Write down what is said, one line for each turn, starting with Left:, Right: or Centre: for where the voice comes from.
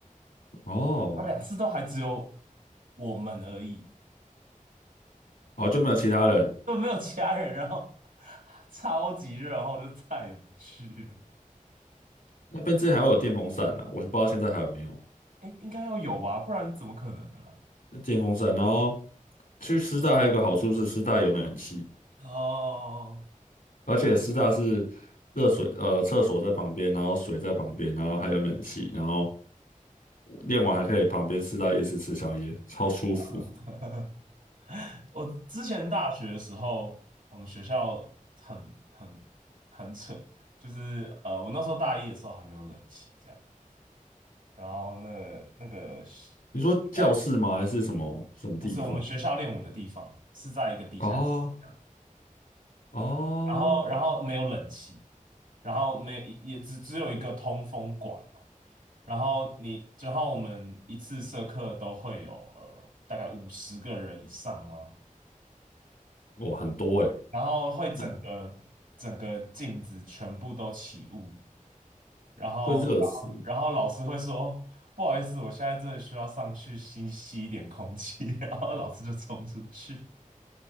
Left: 哦
Right: 然后两次都还只有我们而已，
Left: 哦就没有其他人。
Right: 都没有其他人，然后超级热，然后我就再也不去了。
Left: 那边之前还会有电风扇呢、我是不知道现在还有没有
Right: 哎，应该要有吧，不然怎么可能呢、
Left: 电风扇。然后去师大还有一个好处是师大有冷气，
Right: 哦，
Left: 而且师大是热水，呃，厕所在旁边，然后水在旁边，然后还有冷气，然后练完还可以旁边师大夜市吃宵夜，超舒服。
Right: <laughs> 我之前大学的时候，我们学校很很很扯，就是呃，我那时候大一的时候还没有冷气这样，然后那那个是
Left: 你说教室吗？
Right: 在
Left: 还是什么什么地方？
Right: 不是我们学校练舞的地方，是在一个地下室。
Left: 哦
Right: 这样。
Left: 哦，
Right: 然后然后没有冷气，然后没也只只有一个通风管哦。然后你，之后我们一次社课都会有呃大概五十个人以上嘛，
Left: 哇，很多诶、
Right: 然后会整个整个镜子全部都起雾，
Left: 那
Right: 然后然后然后老师会说哦不好意思，
Left: 会热死。
Right: 我现在真的需要上去吸吸一点空气，<laughs> 然后老师就冲出去。